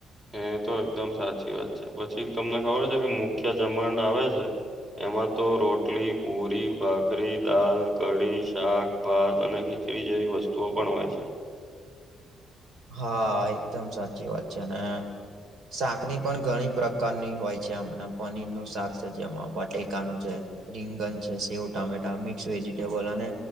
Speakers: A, on the right; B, on the right.
A: હે તો એકદમ સાચી વાત છે. પછી તમને ખબર છે કે મુખ્ય જમડ આવે છે. એમાં તો રોટલી, પુરી, ભાખરી, દાલ, કઢી, શાક, ભાત અને ખી ખીચડી જેવી વસ્તુઓ પણ હોય છે.
B: હા, એકદમ સાચી વાત છે અને શાક ની પણ ઘણી પ્રકારની હોય છે અમને પનીર નું શાક છે જેમાં બટેકાનું છે. રીંગન છે, સેવ ટામેટા, મિક્સ વેજીિટેબલ, અને